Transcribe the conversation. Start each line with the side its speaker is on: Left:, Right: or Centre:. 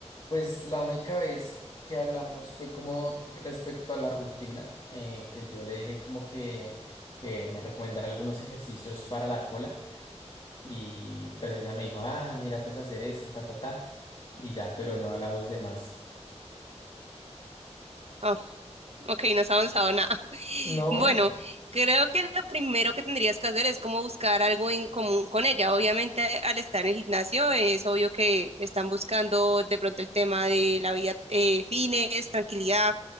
Left: Pues la única vez que hablamos fue como respecto a la rutina, eh, que yo le dije como que, que me recomendara algunos ejercicios para la cola. Y pues ella me dijo, ah, mira, puedes hacer esto, ta, ta, ta. Y ya, pero no hablamos de más.
Right: Oh. Ok, no has avanzado nada. <laughs>
Left: No,
Right: Bueno, creo que lo primero que tendrías que hacer es como buscar algo en común con ella. Obviamente, al estar en el gimnasio, es obvio que están buscando de pronto el tema de la vida, eh, fines, tranquilidad.